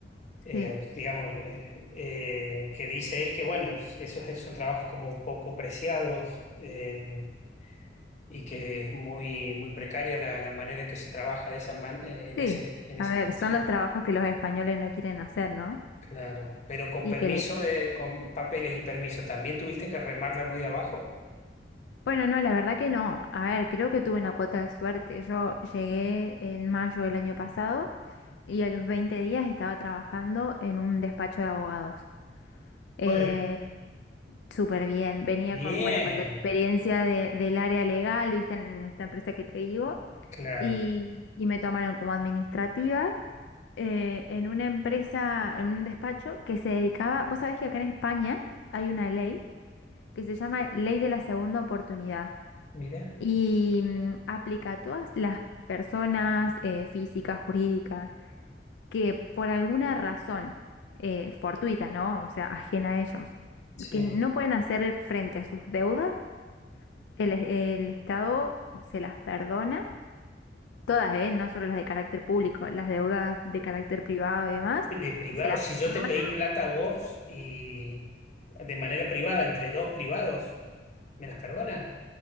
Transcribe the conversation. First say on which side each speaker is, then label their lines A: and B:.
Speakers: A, on the left (about 40°); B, on the left (about 80°).
A: eh,
B: sí,
A: digamos, eh, eh, que dice él que bueno, esos son trabajos como poco preciados. eh, y que es muy, muy precaria la, la manera en que se trabaja de esa man- eh, en
B: sí,
A: ese, en
B: a
A: esa
B: ver,
A: situación.
B: son los trabajos que los españoles no quieren hacer, ¿no?
A: Claro, pero con
B: y
A: permiso
B: que le
A: de, con papeles y permiso, ¿también tuviste que remarla muy de abajo?
B: Bueno, no, la verdad que no. A ver, creo que tuve una cuota de suerte. Yo llegué en mayo del año pasado y a los 20 días estaba trabajando en un despacho de abogados. Eh,
A: Bueno,
B: súper bien. Venía
A: Bien,
B: con, bueno, con la experiencia de- del área legal, viste, en esta empresa que te digo,
A: claro,
B: y, y me tomaron como administrativa eh, en una empresa, en un despacho que se dedicaba, vos sabés que acá en España hay una ley que se llama Ley de la Segunda Oportunidad
A: mira,
B: y mm, aplica a todas las personas eh, físicas, jurídicas, que por alguna razón eh, fortuita, ¿no? O sea, ajena a ellos,
A: sí.
B: que no pueden hacer frente a sus deudas, el, el Estado se las perdona. Todas, ¿eh? No solo las de carácter público, las deudas de carácter privado y demás,
A: De privado,
B: se las
A: si yo
B: perdona
A: te pedí plata a vos y de manera privada, entre dos privados, ¿me las perdona?